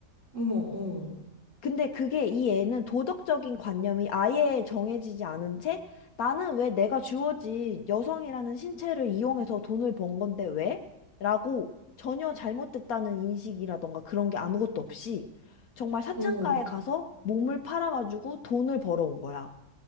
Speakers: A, on the right (about 50°); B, on the left (about 65°).
A: 어머, 어,
B: 근데 그게 이 애는 도덕적인 관념이 아예 정해지지 않은 채 나는 왜 내가 주어진 여성이라는 신체를 이용해서 돈을 번 건데 왜? 라고 전혀 잘못됐다는 인식이라던가 그런 게 아무것도 없이 정말 사창가에
A: 어.
B: 가서 몸을 팔아가지고 돈을 벌어온 거야.